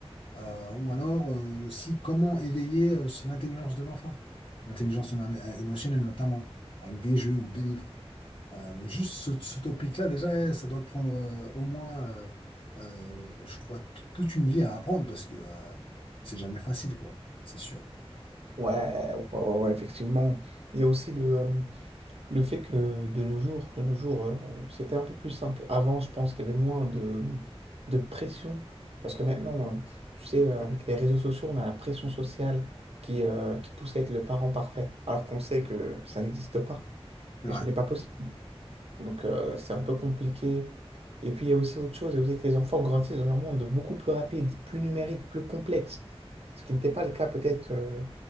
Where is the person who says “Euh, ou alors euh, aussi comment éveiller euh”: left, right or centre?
Left